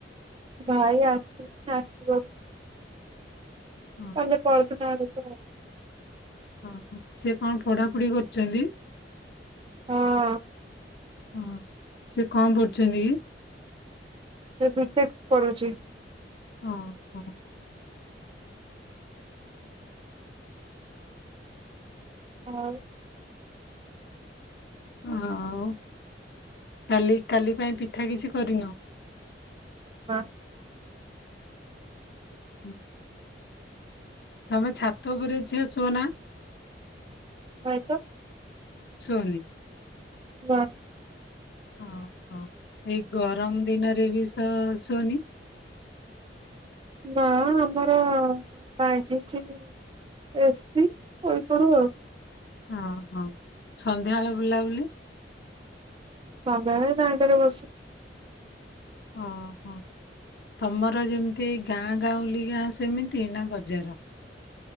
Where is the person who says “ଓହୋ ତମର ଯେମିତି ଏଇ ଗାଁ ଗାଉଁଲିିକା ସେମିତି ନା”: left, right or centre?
Left